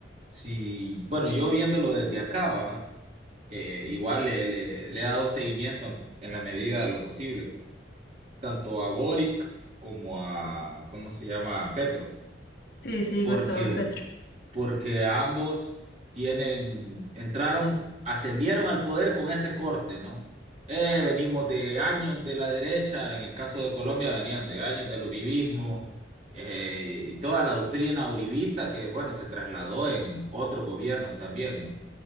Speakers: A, on the right; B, on the left.
A: Sí, bueno, yo viéndolo desde acá, ¿va? que igual le, le, le he dado seguimiento en, en la medida de lo posible, tanto a Boric como a, ¿cómo se llama? A Petro,
B: Sí, sí,
A: porque...
B: Gustavo Petro.
A: porque ambos tienen, entraron, ascendieron al poder con ese corte, ¿no? Eh, venimos de años de la derecha, en el caso de Colombia venían de años del uribismo eh, y toda la doctrina uribista que, bueno, se trasladó en otros gobiernos también, ¿no?